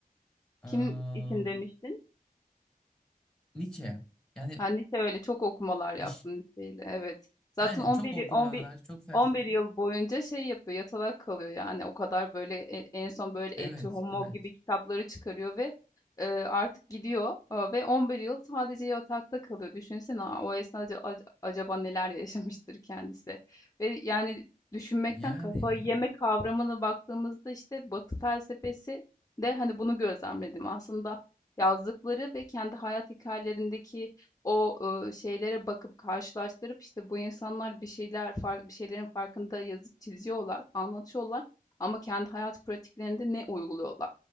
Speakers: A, on the left; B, in the centre.
A: Kim
B: Aa,
A: için demiştin?
B: Nietzsche. Yani
A: Ben lise öyle çok okumalar yaptım
B: aş-
A: liseyle. Evet. Zaten
B: aynen
A: 11
B: çok okumalar,
A: y- 11
B: çok felsefi.
A: 11 yıl boyunca şey yapıyor, yatalak kalıyor yani. O kadar böyle e- en son böyle
B: Evet,
A: Etü Homo
B: evet.
A: gibi kitapları çıkarıyor ve e, artık gidiyor E, ve 11 yıl sadece yatakta kalıyor. Düşünsene o esnada ac- acaba neler yaşamıştır kendisi. Ve yani düşünmekten
B: Yani
A: kafayı
B: ya.
A: yeme kavramına baktığımızda işte Batı felsefesi de hani bunu gözlemledim. Aslında yazdıkları ve kendi hayat hikayelerindeki o ııı, şeylere bakıp karşılaştırıp, işte, bu insanlar bir şeyler fark bir şeylerin farkında yazıp çiziyorlar, anlatıyorlar ama kendi hayat pratiklerinde ne uyguluyorlar?